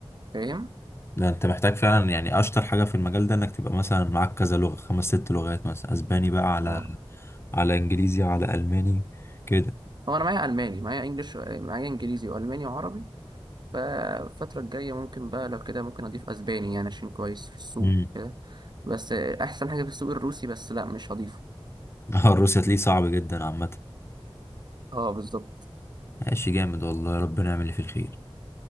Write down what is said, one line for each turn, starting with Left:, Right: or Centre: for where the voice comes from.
Right: فاهم؟
Left: ده انت محتاج فعلا يعني اشطر حاجة في المجال ده انك تبقى مثلا معاك كذا لغة خمس ست لغات مثلا اسباني بقى على
Right: اه
Left: على انجليزي على الماني كده
Right: هو أنا معايا ألماني معايا إنجليش معايا إنجليزي وألماني وعربي فالفترة الجاية ممكن بقى لو كده ممكن أضيف أسباني يعني عشان كويس في السوق
Left: امم
Right: وكده بس آه، أحسن حاجة في السوق الروسي بس لا مش هضيفه
Left: اه الروسي هتلاقيه <laughs> صعب جدا عامه
Right: اه بالظبط
Left: ماشي جامد والله ربنا يعمل اللي فيه الخير